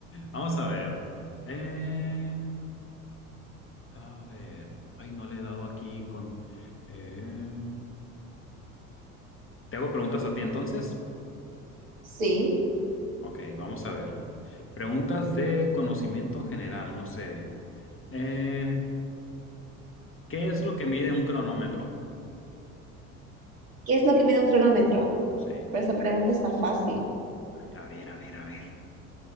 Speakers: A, on the left; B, on the right.
A: Vamos a ver. Eh, a ver. Ay, no le he dado aquí con... eh, ¿Te hago preguntas a ti entonces?
B: Sí.
A: Ok, vamos a ver. Preguntas de conocimiento general, no sé. Eh, ¿qué es lo que mide un cronómetro?
B: ¿Qué es lo que mide un cronómetro?
A: Sí.
B: Pero esa pregunta está fácil.
A: Ay, a ver, a ver, a ver.